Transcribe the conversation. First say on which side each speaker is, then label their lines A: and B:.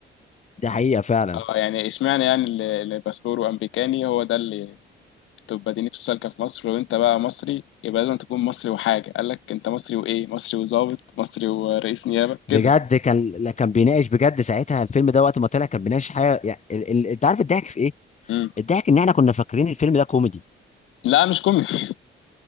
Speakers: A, on the left (about 35°); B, on the left (about 85°).
A: دي حقيقه فعلا
B: اه يعني اشمعنى يعني اللي اللي باسبوره أمريكاني هو ده اللي تبقى دينيته سالكة في مصر وأنت بقى مصري يبقى لازم تكون مصري وحاجة قال لك أنت مصري وإيه مصري وظابط مصري ورئيس نيابة كده
A: بجد كان لا كان بيناقش بجد ساعتها الفيلم ده وقت ما طلع كان بيناقش حاجه يعني ال- ال- انت عارف الضحك في ايه
B: مم.
A: الضحك ان احنا كنا فاكرين الفيلم ده كوميدي
B: لا مش كوميدي <laughs>